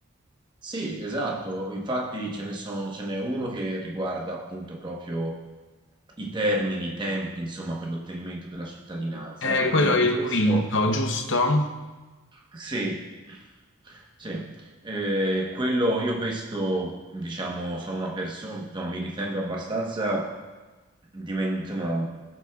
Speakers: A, on the right; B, on the left.
A: Sì, esatto, infatti ce ne sono, ce n'è uno che riguarda appunto proprio i termini, i tempi, insomma, per l'ottenimento della cittadinanza.
B: Eh,
A: Ecco, per
B: quello
A: esempio,
B: è il
A: questo,
B: quinto, giusto?
A: sì, sì, eh, quello, io questo, diciamo, sono una persona, mi ritengo abbastanza di men- insomma,